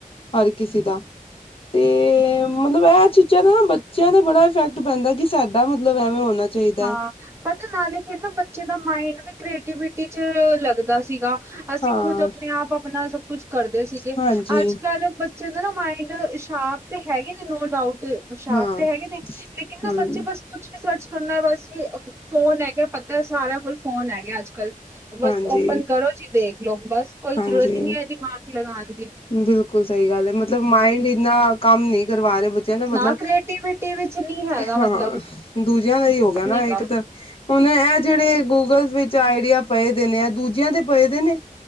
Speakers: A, on the left; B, on the right.
A: ਹਰ ਕਿਸੇ ਦਾ। ਤੇ ਮਤਲਬ ਏ ਚੀਜ਼ਾਂ ਦਾ ਨਾ ਬੱਚੇਆਂ ਤੇ ਬੜਾ ਇਫੈਕਟ ਪੈਂਦਾ ਕਿ ਸਾਡਾ ਮਤਲਬ ਐਵੇਂ ਹੋਨਾ ਚਾਈਦਾ।
B: ਹਾਂ ਪਤਾ ਨਾਲੇ ਫੇਰ ਨਾ ਬੱਚੇ ਦਾ ਮਾਇੰਡ ਵੀ ਕ੍ਰੀਏਟੀਵਿਟੀ ਚ ਲੱਗਦਾ ਸੀਗਾ। ਅਸੀ
A: ਹਾਂ
B: ਖੁਦ ਅਪਨੇ ਆਪ ਅਪਨਾ ਸਭ ਕੁਛ ਕਰਦੇ ਸੀਗੇ।
A: ਹਾਂਜੀ
B: ਅੱਜ ਕੱਲ ਬੱਚੇਆਂ ਦੇ ਨਾ ਮਾਇੰਡ ਸ਼ਾਰਪ ਤੇ ਹੈਗੇ ਨੇ, ਨੋ ਡਾਉਟ ਸਾ਼ਰਪ
A: ਹਾਂ
B: ਤੇ ਹੈਗੇ ਨੇ, ਲੇਕਿਨ ਨਾ
A: ਹਮ
B: ਬੱਚੇ ਬਸ ਕੁਛ ਵੀ ਸਰਚ ਕਰਨਾ ਬਸ ਜੀ ਫੋਨ ਹੈਗਾ, ਪਤਾ ਏ ਸਾਰੇਆਂ ਕੋਲ ਫੋਨ ਹੈਗਾ ਅੱਜ ਕੱਲ ਬਸ
A: ਹਾਂਜੀ
B: ਔਪਨ ਕਰੋ ਜੀ ਦੇਖ ਲਓ, ਬਸ ਕੋਈ
A: ਹਾਂਜੀ
B: ਜਰੂਰਤ ਹੀ ਨਈ ਹੈ ਦਿਮਾਗ ਲਗਾਨ ਦੀ।
A: ਬਿਲਕੁਲ ਸਹੀ ਗੱਲ ਏ, ਮਤਲਬ ਮਾਇੰਡ ਇਨਾ ਕੰਮ ਨਈ ਕਰਵਾ ਰੇ ਜੇਂਦਾ ਮਤਲਬ
B: ਨਾ ਕ੍ਰੀਏਟੀਵਿਟੀ ਵਿੱਚ ਨਹੀਂ ਹੈਗਾ
A: ਹਾਂ
B: ਮਤਲਬ
A: ਦੂਜੇਆਂ ਦਾ ਹੀ ਹੋ ਗਿਆ ਨਾ
B: ਨਹੀਂ ਹੈਗਾ।
A: ਇੱਕ ਤਰਾਂ। ਹੁਨ ਏਹ ਜੇੜੇ ਗੂਗਲ ਵਿੱਚ ਆਈਡੀਆ ਪਏ ਦੇ ਨੇ, ਏਹ ਦੂਜਿਆਂ ਦੇ ਪਏ ਦੇ ਨੇ।